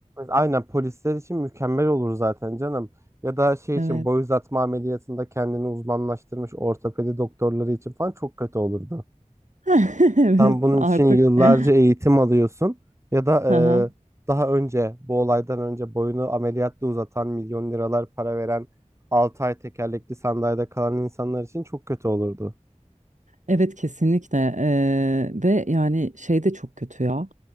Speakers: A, on the right; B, on the right.
A: Aynen polisler için mükemmel olur zaten canım. Ya da şey için
B: Evet.
A: boy uzatma ameliyatında kendini uzmanlaştırmış ortopedi doktorları için falan çok kötü olurdu.
B: <laughs> Evet
A: Sen bunun
B: artık.
A: için yıllarca
B: <laughs>
A: eğitim alıyorsun ya da
B: Aha.
A: e, daha önce bu olaydan önce boyunu ameliyatla uzatan milyon liralar para veren 6 ay tekerlekli sandalyede kalan insanlar için çok kötü olurdu.
B: Evet kesinlikle Ee, ve yani şey de çok kötü ya